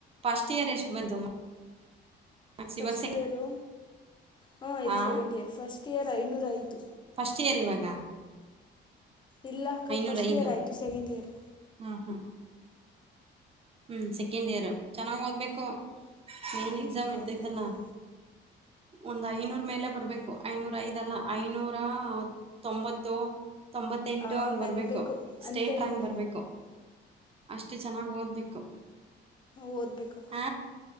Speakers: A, on the right (about 30°); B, on the left (about 25°).
A: ಫಸ್ಟ್ ಇಯರ್ ಎಷ್ಟು ಬಂತು ಮಾರ್ಕ್ಸ್
B: ಫಸ್ಟ್
A: ಇವಾಗ ಸೆ
B: ಇಯರು ಹಾಂ ಈಗ
A: ಆ
B: ಸೆಕೆಂಡ್ ಇಯರ್ ಫಸ್ಟ್ ಇಯರ್ ಐನೂರ ಐದು
A: ಫಸ್ಟ್ ಇಯರ್ ಇವಾಗ
B: ಇಲ್ಲಕ್ಕ
A: ಐನೂರೈದು
B: ಫಸ್ಟ್ ಇಯರ್ ಆಯಿತು ಸೆಕೆಂಡ್ ಇಯರ್
A: ಹಾಂ ಹಾಂ ಹ್ಞೂ ಸೆಕೆಂಡ್ ಇಯರು ಚೆನ್ನಾಗಿ ಓದ್ಬೇಕು ಮೇನ್
B: ಹ್ಞೂ
A: ಎಕ್ಸಾಮ್ ಇರ್ತೈತಲ್ಲ
B: ಓದ್ತಾ ಇದ್ದೀವಿ
A: ಒಂದು ಐನೂರ ಮೇಲೆ ಬರಬೇಕು ಐನೂರ ಐದಲ್ಲ ಐನೂರ ತೊಂಬತ್ತು ತೊಂಬತ್ತೆಂಟು
B: ಆ
A: ಹಂಗೆ
B: ತೆಗಿಬೇಕು
A: ಬರಬೇಕು ಸ್ಟೇಟ್
B: ಅಂದ್ಕೊಂಡೀವಿ
A: ರ್ಯಾಂಕ್ ಬರಬೇಕು ಅಷ್ಟು ಚೆನ್ನಾಗಿ ಓದ್ಬೇಕು
B: ಓದಬೇಕಕ್ಕ
A: ಹ